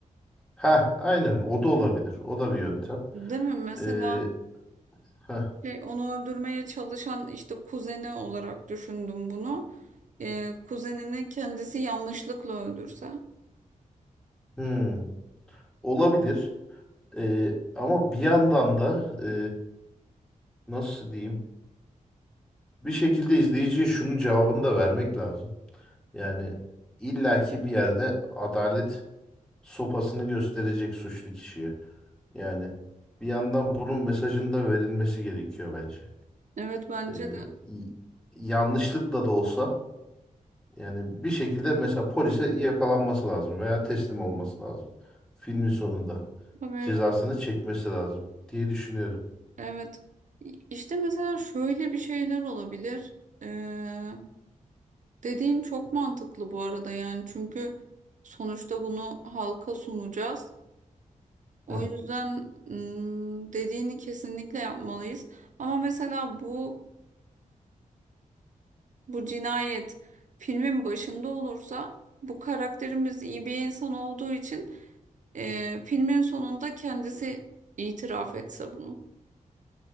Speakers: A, in the centre; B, on the right.
A: Ha aynen o da olabilir. O da bir yöntem.
B: Değil mi? Mesela
A: Ee, heh,
B: Şey, onu öldürmeye çalışan işte kuzeni olarak düşündüm bunu. Ee, kuzenini kendisi yanlışlıkla öldürse.
A: hmm, olabilir. Ee, ama bir yandan da e, nasıl diyeyim? Bir şekilde izleyiciye şunun cevabını da vermek lazım. Yani illaki bir yerde adalet sopasını gösterecek suçlu kişiye. Yani bir yandan bunun mesajının da verilmesi gerekiyor bence.
B: Evet bence
A: Ee,
B: de.
A: y- yanlışlıkla da olsa. Yani bir şekilde mesela polise yakalanması lazım veya teslim olması lazım. Filmin sonunda
B: Tabii evet.
A: cezasını çekmesi lazım diye düşünüyorum.
B: Evet. İşte mesela şöyle bir şeyler olabilir. Ee, dediğin çok mantıklı bu arada yani çünkü sonuçta bunu halka sunacağız. O
A: Hı.
B: yüzden mm, dediğini kesinlikle yapmalıyız. Ama mesela bu Bu cinayet filmin başında olursa bu karakterimiz iyi bir insan olduğu için e, filmin sonunda kendisi itiraf etse bunu.